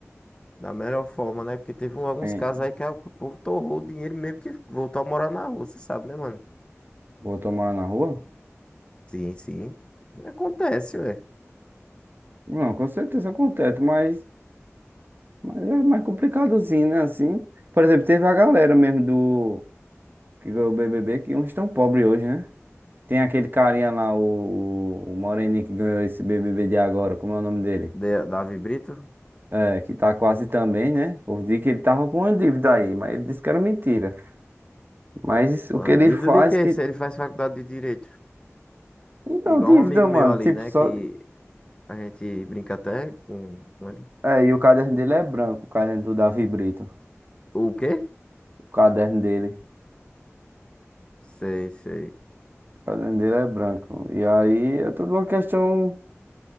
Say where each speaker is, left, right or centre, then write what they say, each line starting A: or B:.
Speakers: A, on the left; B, on the right.
A: da melhor forma, né? Porque teve um- alguns
B: Tem...
A: casos aí que a- o povo torrou o dinheiro mesmo que voltou a morar na rua, você sabe, né, mano?
B: Botou morar na rua?
A: Sim, sim. Acontece, ué.
B: Não, com certeza acontece, mas, mas é mais complicadozinho, né? Assim. Por exemplo, teve a galera mesmo do. Que ganhou o BBB, que uns estão pobres hoje, né? Tem aquele carinha lá, o, o o Moreninho que ganhou esse BBB de agora, como é o nome dele?
A: De- Davi Brito,
B: É, que tá quase também, né? Por dia que ele tava com uma dívida aí, mas ele disse que era mentira. Mas o
A: uma
B: que ele
A: dívida
B: faz
A: de quê?
B: que.
A: Se ele faz faculdade de direito.
B: Então,
A: Igual
B: dívida,
A: um amigo meu
B: mano.
A: ali,
B: Tipo,
A: né?
B: só.
A: Que A gente brinca até com, com ele.
B: É, e o caderno dele é branco, o caderno do Davi Brito.
A: O quê?
B: O caderno dele.
A: Sei, sei.
B: O caderno dele é branco. E aí é tudo uma questão